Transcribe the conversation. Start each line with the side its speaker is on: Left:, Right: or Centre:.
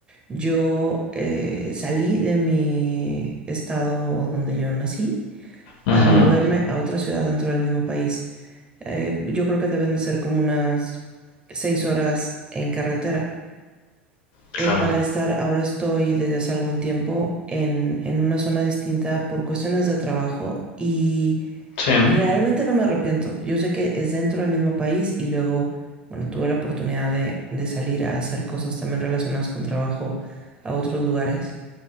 Right: yo eh, salí de mi estado donde yo nací
Left: Ujú,
Right: para moverme a otra ciudad dentro del mismo país. Eh, yo creo que deben de ser como unas seis horas en carretera eh,
Left: claro.
Right: para estar, ahora estoy desde hace algún tiempo en, en una zona distinta por cuestiones de trabajo y
Left: Sí,
Right: realmente no me arrepiento. Yo sé que es dentro del mismo país y luego, bueno, tuve la oportunidad de, de salir a hacer cosas también relacionadas con trabajo a otros lugares.